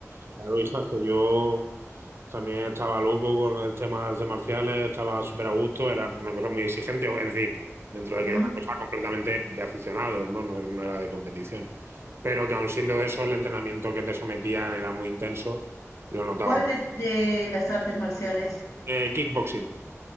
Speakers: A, on the right (about 50°); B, on the left (about 80°).
A: Claro, y sabes que yo también estaba loco con el tema de artes marciales, estaba súper a gusto, era una cosa muy exigente, es decir, dentro de
B: ¿Mm?
A: que era una cosa completamente de aficionados, ¿no? No, no era de competición. Pero que aun siendo de eso, el entrenamiento que te sometían era muy intenso, lo notaba
B: ¿Cuál
A: mucho.
B: de, de las artes marciales?
A: Eh, kickboxing,